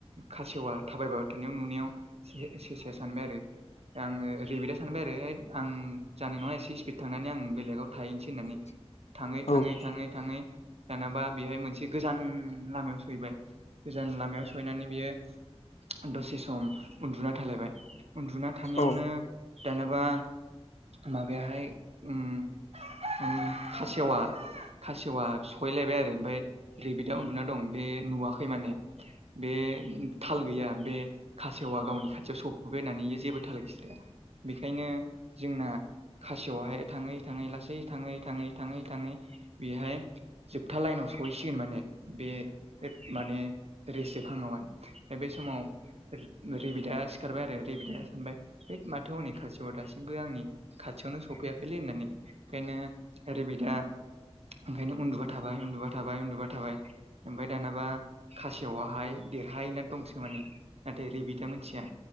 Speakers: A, on the right; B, on the left.
A: खासेवा थाबायबा होथानायाव नुनायाव सेसाया सानबाय आरो आङो रिबिटा सानबाय आरो आं जानाय नङा एसे स्पिड थांनानै आं बेलेगाव थाहैनोसै होननानै
B: <unintelligible>
A: थाङै
B: औ
A: थाङै थाङै थाङै दानाबा बेहाय मोनसे गोजान लामायाव सहैबाय गोजान लामायाव सहैनानै बेयो दसे सम उन्दुना थालायबाय उन्दुना थानायावनो
B: औ
A: दानाबा माबाया हाय उम उम खासेवा खासेवा सहैलायबाय आरो ओमफफ्राय रैबिदियाव उन्दुना दं बे नुवाखै माने बे थाल गैया बे खासेवा गावनि खाथियाव सौफबाय होननानै जेबो थाला बिस्राया बेखायनो जोंना खासियावहाय थाङै थाङै लासै थाङै थाङै थाङै थाङै बेहाय जोबथा लाइनाव सहैसिगोन माने बे माने रेसो फांआव हाइ। बे समाव रि-रिबिदा सिखारबाय आरो रिबिदा सानबाय हैद माथो हनै खासेवा दासिमबो आंनि खाथियावनो सौफैयाखैलै होननानै ओंखायनो रेबिदा ओंखायनो उन्दुबाय थाबाय उन्दुबाय थाबाय उन्दुबाय थाबाय ओमफ्राय दानाबा खासेवाहाय देरहाहैना दंसै माने। नाथाय रेबिदा मोनथिया